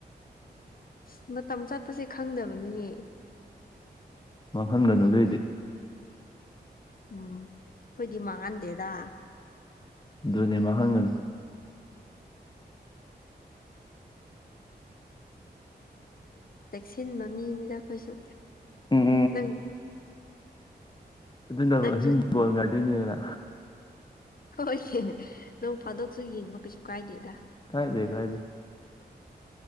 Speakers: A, on the left; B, on the left.
A: ꯑ ꯃꯇꯝ ꯆꯠꯄꯁꯦ ꯈꯪꯗꯕꯅꯤꯍꯦ
B: ꯃꯥꯡꯍꯟꯒꯅꯨ ꯑꯗꯨꯑꯣꯏꯗꯤ
A: ꯎꯝ ꯑꯩꯈꯣꯏꯗꯤ ꯃꯥꯡꯍꯟꯗꯦꯗ
B: ꯑꯗꯨꯅꯦꯃ ꯍꯪꯒꯅ
A: ꯁꯤꯟꯕ ꯃꯤꯅꯤꯗ ꯑꯩꯈꯣꯏꯁꯨ
B: ꯎꯝ
A: ꯅꯪ
B: ꯑꯗꯨꯅ
A: ꯅꯪꯁꯨ
B: ꯑꯍꯤꯡ ꯕꯣꯜ ꯉꯥꯏꯗꯣꯏꯅꯦꯅ
A: ꯍꯣꯏ ꯅꯪ ꯐꯥꯗꯣꯛꯁꯨ ꯌꯦꯡꯕ ꯀꯩꯁꯨ ꯀꯥꯏꯗꯦꯗ
B: ꯀꯥꯏꯗꯦ ꯀꯥꯏꯗꯦ